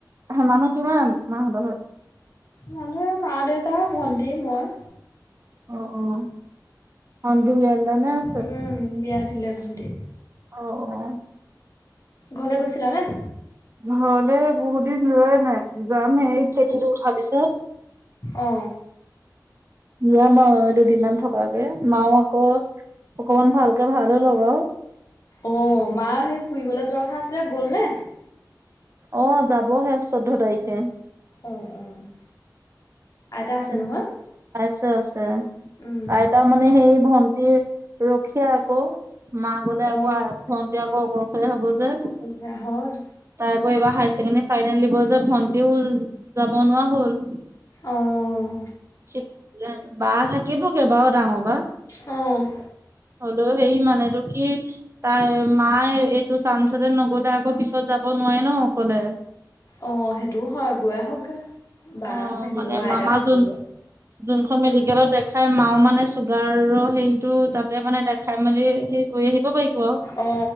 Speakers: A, on the right; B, on the left.
A: হা', মানুহ কিমান মাহতৰ ঘৰত?
B: মানুহ, মা দেউতা ভন্টি মই',
A: অ', - অ', ভন্টি ইয়া লেনে আছে,
B: উম বিয়া দিলে ভণ্টি
A: অ', -অ',
B: ঘৰলে গৈছিলা নে?
A: ঘৰলে বহুত দিন যোৱাই নাই', যাম হেই, এই খেতিটো উঠাৰ পিছত',
B: অ
A: যাম আৰু দুদিন মান থকাকে, মাও আকৌ', অকমান ভালকে ভাবি ল'ব',
B: অ', মা সেই ফুৰিবলৈ যোৱা কথা আছিলে, গ'ল নে?
A: অ', যাবহে চৈধ্য তাৰিখে',
B: অ', -অ', আইতা আছে
A: উম।
B: নহয়?
A: আছে', -আছে',
B: উম
A: আইতা মানে হেৰি ভন্টিৰ ৰখিয়া আকৌ', মা গ'লে
B: অ
A: আকৌ ভণ্টি আকৌ অকলশৰীয়া হ'ব যে',
B: সকলোৰে হয়
A: তাই আকৌ এইবাৰ হায়াৰ ছেকেণ্ডৰী ফাইনেল দিব যে ভন্টিও যাব নোৱাৰা হ'ল',
B: অওওও',
A: <unintelligible> বা থাকিব কেইবাও ডাঙৰ বা।
B: অ',
A: হ'লোও, হেৰি মানেটো কি? তাইৰ, মায়ে এইটো চাঞ্চতে নগলে আকৌ পিছত যাব নোৱাৰে ন' অকলে',
B: অহ, সেইটোও হয় গৈ আহক গে বা
A: অ
B: থাকিব।
A: মানে
B: আইতা
A: মামা
B: থাকিব
A: যোন যোনখন মেডিকেলত
B: উম
A: দেখাই মাও মানে চুগাৰৰ হেৰিটো তাত তাতে মানে দেখাই মেলি হেই কৰি আহিব পাৰিব।
B: অ,